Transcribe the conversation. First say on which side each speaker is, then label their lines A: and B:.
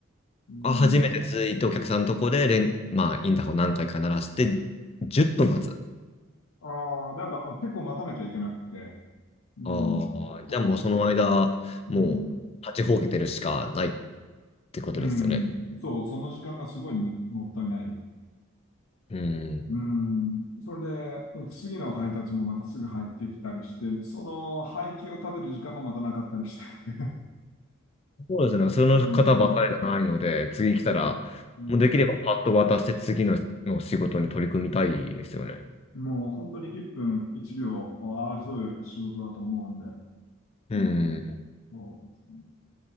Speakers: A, on the left; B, on the left.
A: うん。
B: あ、初めてついてお客さんのとこで連、まあ、インターホン何回か鳴らして、10分待つ。
A: ああ、なんか、あ結構待たなきゃいけなくて。うん。
B: ああ、
A: そ
B: じゃあもうその間、
A: う。
B: もう、
A: うん。
B: 立ちほうけてるしかないってことですよね。
A: うん。そう、その時間がすごいむもったいない。
B: うん。
A: うん。それで、次の配達もまたすぐ入ってきたりして、その廃棄を食べる時間もまたなかったりして。
B: そうですね。
A: <laughs>
B: その方ばかりじゃないので、
A: うんうん
B: 次来たら、
A: うんうん
B: もうできればパッと渡して次の、の仕事に取り組みたいですよね。
A: もう本当に1分1秒を争う仕事だと思うんで。
B: うん。
A: うん、そうですね。